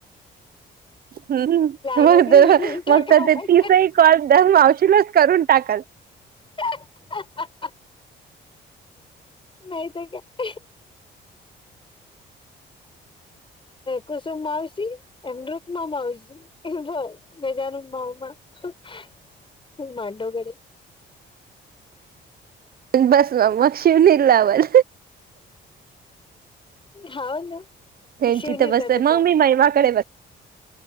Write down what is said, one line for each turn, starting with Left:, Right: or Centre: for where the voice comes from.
Right: हम्म. बघ
Left: लव्ह यू म्हणून टाका
Right: मग तर
Left: मला
Right: ते तिसही कॉल द मावशीलाच करून टाकाल.
Left: अ <unintelligible> नाही तर का. कुसुम मावशी आणि रुकमा मावशी. मजा न मावमाू मांडो घडे
Right: बस मग मग शिवणी लावल.
Left: हा ना.
Right: त्यांची
Left: शिवनीचा
Right: तर बसते मग
Left: कॉल
Right: मी महिमाकडे बसते.